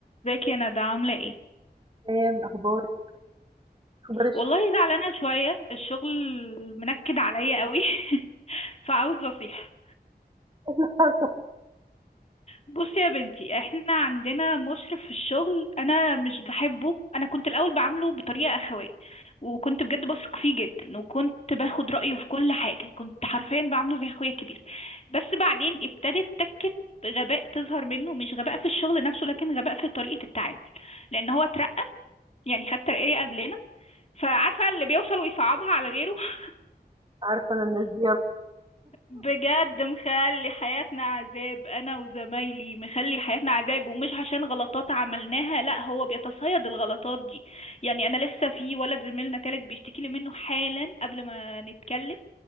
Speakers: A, on the left; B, on the right.
A: ازيك يا ندى عاملة ايه
B: تمام، أخبارِك؟ أخبار الشغل
A: والله زعلانة شوية الشغل منكد عليا قوي <laughs> فعاوزة اصيح
B: <laughs>
A: بصي يا بنتي احنا عندنا مشرف في الشغل انا مش بحبه انا كنت الاول بعامله بطريقة اخوية وكنت بجد بثق فيه جدا وكنت باخد رأيه في كل حاجة كنت حرفيا بعامله زي اخويا الكبير بس بعدين ابتدت تكة غباء تظهر منه مش غباء في الشغل نفسه لكن غباء في طريقة التعامل لان هو اترقى يعني خد ترقية قبلنا فعارفة اللي بيوصل ويصعبها على غيره <laughs>
B: عارفة أنا الناس دي،
A: بجد مخلي حياتنا عذاب انا وزمايلي مخلي حياتنا عذاب ومش عشان غلطات عملناها لا هو بيتصيد الغلطات دي يعني انا لسه في ولد زميلنا تالت بيشتكي لي منه حالا قبل ما نتكلم